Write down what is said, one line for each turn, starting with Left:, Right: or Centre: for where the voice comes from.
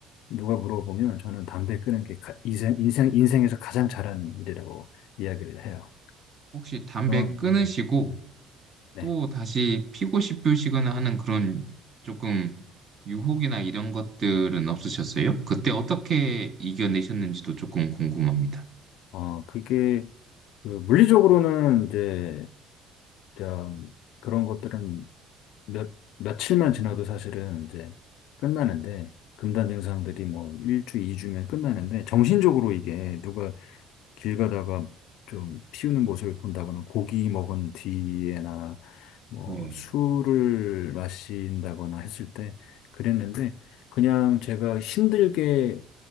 Left: 누가 물어보면 저는 담배 끊은 게 가- 인생, 인생, 인생에서 가장 잘한 일이라고 이야기를 해요.
Right: 혹시 담배
Left: 그만,
Right: 끊으시고
Left: 네. 음, 네.
Right: 또 다시 피고 싶으시거나 하는 그런 조금 유혹이나 이런 것들은 없으셨어요? 그때 어떻게 이겨내셨는지도 조금 궁금합니다.
Left: 어, 그게 그 물리적으로는 이제 좀 그런 것들은 몇, 며칠만 지나도 사실은 이제 끝나는데, 금단 증상들이 뭐 1주, 2주면 끝나는데, 정신적으로 이게 누가 길 가다가 좀 피우는 모습을 본다거나, 고기 먹은 뒤에나, 뭐
Right: 네,
Left: 술을 마신다거나 했을 때 그랬는데, 그냥 제가 힘들게